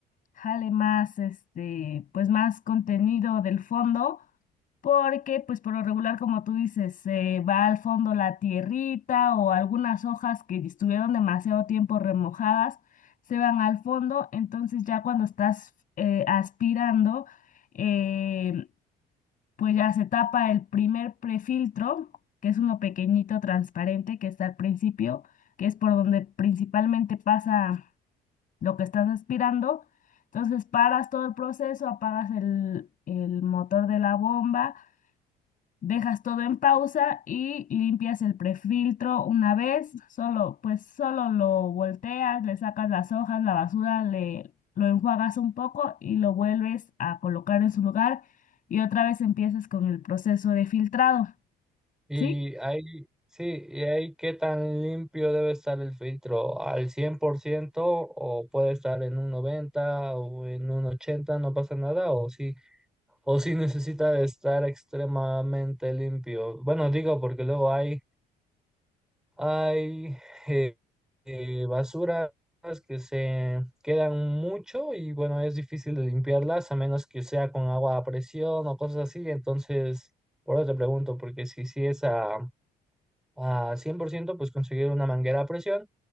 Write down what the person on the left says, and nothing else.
jale más, este, pues más contenido del fondo, porque pues por lo regular, como tú dices, eh, va al fondo la tierrita o algunas hojas que estuvieron demasiado tiempo remojadas, se van al fondo, entonces ya cuando estás eh, aspirando, eh, pues ya se tapa el primer prefiltro, que es uno pequeñito transparente que está al principio, que es por donde principalmente pasa lo que estás aspirando. Entonces paras todo el proceso, apagas el, el motor de la bomba Dejas todo en pausa y limpias el prefiltro una vez, solo, pues solo lo volteas, le sacas las hojas, la basura, le lo enjuagas un poco y lo vuelves a colocar en su lugar y otra vez empiezas con el proceso de filtrado,
¿sí?